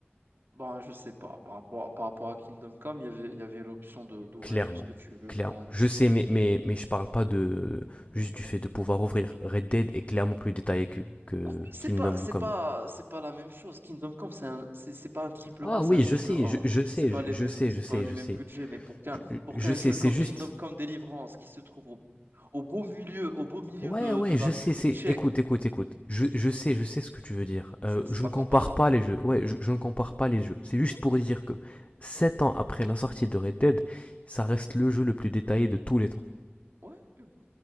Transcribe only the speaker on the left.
Clairement.
Clairement.
Je sais, mais, mais, mais je parle pas de juste du fait de pouvoir ouvrir. Red Dead est clairement plus détaillé que, que
Kingdom
Come.
Ah
oui,
je sais,
je, je sais,
je,
je
sais,
je sais,
je
sais.
Je,
je
sais,
c'est
juste
Ouais,
ouais,
je
sais, c'est.
Écoute, écoute, écoute. Je, je sais, je sais ce que tu veux dire.
Euh,
je
ne compare
pas les jeux. Ouais, je, je ne compare pas les jeux. C'est juste pour dire que 7 ans après la sortie de Red Dead, ça reste le jeu le plus détaillé de tous les temps.